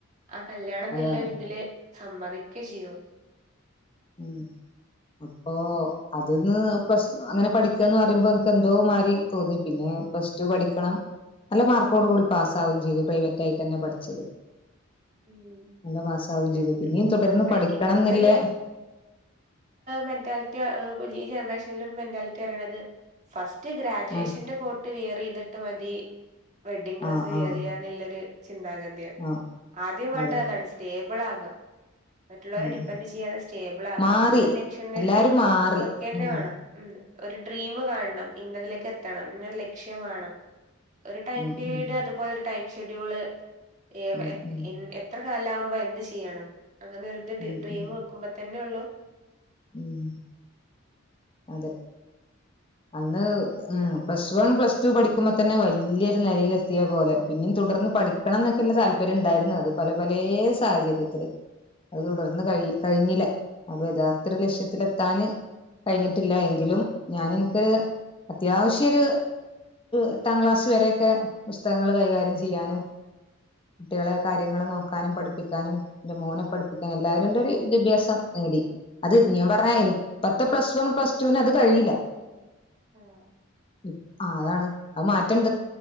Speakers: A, on the right; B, on the left.
A: ആ കല്യാണന്നില്ലൊരു
B: അതാണ്
A: ഇതില് സമ്മതിക്കെ ചെയ്യു
B: മ് അപ്പൊ അതന്ന് പെസ്റ്റു അങ്ങനെ പഠിക്കന്ന് പറയുമ്പോ എനിക്ക് എന്തോ മാരി തോന്നി പിന്നെ പ്ലസ് ടു പഠിക്കണം
A: ഉം
B: നല്ല മാർക്കോട് കൂടി പാസ് ത്താവും ചെയ്തു പ്രൈവറ്റായിട്ടന്നെ പഠിച്ചത്
A: ഉം
B: നല്ല പാസ്സാവേം
A: അല്ലെ
B: ചെയ്തു പിന്നെയും
A: ഇന്നത്തെ
B: തുടർന്ന് പഠിക്കണന്നില്ലേ
A: ഇന്നത്തൊരു മെന്റാലിറ്റി ഈ ജനറേഷനിൽ ഒരു മെന്റാലിറ്റി അറിയണത് ഫസ് റ്റ് ഗ്രാജുവേഷന്റെ
B: ആ
A: കോട്ട് വേറെ ഇത് ട്ട് മതി വെഡിങ് ഡ്രസ്സ്
B: ആ ആ
A: എറിയാന്നിള്ളൊര് ചിന്താഗതിയാ
B: ആ
A: ആദ്യം വേണ്ടതതാണ്
B: അതെ
A: സ്റ്റേ സ്റ്റേബിളാവുക മറ്റുള്ളവരെ
B: ഉം
A: ഡിപ്പെന്റ് ചെയ്യാതെ സ്റ്റേബിളകാൻ
B: മാറി
A: നമ്മളെ ലക്ഷ്യം തന്നെ
B: എല്ലാരും മാറി
A: വെക്കെന്നെ
B: ഉം
A: വേണം മ് ഒരു ഡ്രീമ് കാണണം ഇന്നതിലേക്ക് എത്തണം ഇന്നൊരു ലക്ഷ്യം വേണം ഒരു ടൈം
B: ഉം
A: പിരീഡ്
B: ഉം
A: അതുപോലെ ഒരു ടൈം ഷെഡ്യൂള് ഏ വെ
B: ഉം
A: എ
B: ഉം
A: എൻ എത്ര കാലാവുമ്പോ എന്ത് ചെയ്യണം അങ്ങനെ ഒരു ഇത്
B: ഉം
A: ഡി ഡ്രീമു
B: ഉം
A: വെക്കുമ്പോ തന്നെ ഒള്ളൂ
B: ഉം അതെ അന്ന് ആ പ്ലസ് വൺ പ്ലസ് ടു പഠിക്കുമ്പോ തന്നെ വലിയൊരു നിലയിലെത്തിയ പോലെ പിന്നെയും തുടർന്ന് പഠിക്കണം എന്നൊക്കെള്ള താല്പര്യം ഉണ്ടായിരുന്നു അത് പല പലേ സാഹചര്യത്തില് അത് തുടർന്ന് കഴി കഴിഞ്ഞില്ല അപ്പൊ യഥാർത്തൊരു ലക്ഷ്യത്തിലെത്താന് കഴിഞ്ഞിട്ടില്ലയെങ്കിലും ഞാനിപ്പേ അത്യാവശ്യോരു എട്ടാം ക്ലാസ് വരൊക്കെ പുസ്തകങ്ങള് കൈകാര്യം ചെയ്യാനും കുട്ടികളെ കാര്യങ്ങള് നോക്ക ക്കാനും പഠിപ്പിക്കാനും ന്റെ മോനെ പഠിപ്പിക്കാനും എല്ലാവരും ന്റെ ഒരു വിദ്യാഭ്യാസം നേടി അത് ഞാൻ പറഞ്ഞ എനി പത് ഇപ്പൊ പ്ലസ് വൺ പ്ലസ് ടുവിന് അത് കഴിയില്ല
A: ആഹ്
B: ഇപ് ആ അതാണ് അത് മാറ്റണ്ട്